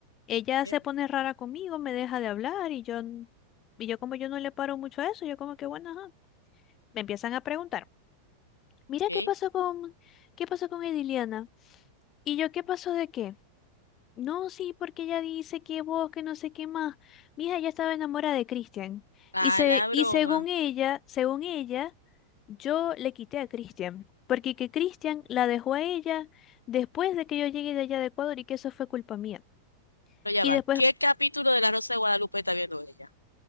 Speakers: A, on the left; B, on the left.
A: Ella
B: bien,
A: se pone rara conmigo, me deja de hablar y yo, n- y yo como yo no le paro mucho a eso, yo como que, bueno, ajá, me empiezan a preguntar. Mira,
B: ok.
A: ¿qué pasó con, qué pasó con Ediliana? ¿Y yo qué pasó de qué? No, sí, porque ella dice que vos, que no sé qué más. Mi hija ya estaba enamorada de Christian
B: A
A: Y, se,
B: la broma.
A: y según ella, según ella, yo le quité a Christian Porque que Christian la dejó a ella después de que yo llegué de allá de Ecuador y que eso fue culpa mía.
B: Pero ya
A: Y
B: va.
A: después
B: ¿Qué capítulo de La Rosa de Guadalupe está viendo ella?